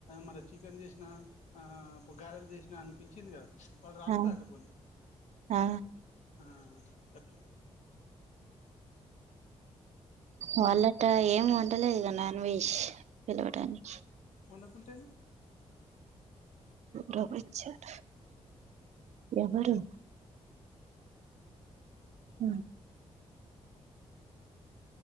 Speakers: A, on the left; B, on the right.
A: మరి చికెన్ చేసినా. ఆ అప్పుడు గారలు చేసినా అని పిలిచింది గదా వాళ్ళు రాని
B: ఆ
A: రాకపోని.
B: ఆ
A: ఆ గట్లా.
B: వాళ్ళట్ట ఏం వండలేదు నాన్ వెష్. పిలవటానికి.
A: వండకుంటే ఏమి.
B: లోబ్రిచేట్ట్ ఎవరు. హ్మ్మ్